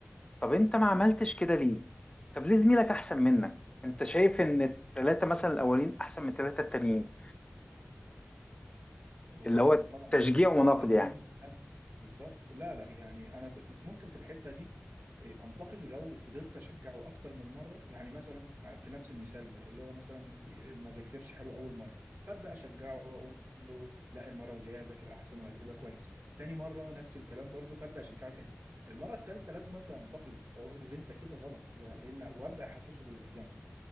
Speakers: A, on the left; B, on the right.
A: طب أنت ما عملتش كده ليه طب ليه زميلك أحسن منك أنت شايف إن التلاتة مثلا الأولين أحسن من التلاتة التانيين
B: بصراحة
A: اللي هو
B: أنا طبعا
A: تشجيع
B: الثلاثة
A: ونقد
B: الأولانيين
A: يعني
B: أهم بالظبط لا لا يعني أنا في ممكن في الحتة دي إيه، أنتقده لو فضلت أشجعه أكتر من مرة يعني مثلا آه، في نفس المثال ده اللي هو مثلا في ما ذاكرش حلو أول مرة فأبدأ أشجعه وأقول له لا المرة الجاية ذاكر أحسن وهتبقى كويس تاني مرة نفس الكلام برضه فأبدأ أشجعه تاني المرة التالتة لازم أبدأ أنتقده وأقول له اللي أنت كده غلط ولأن وأبدأ أحسسه بالذنب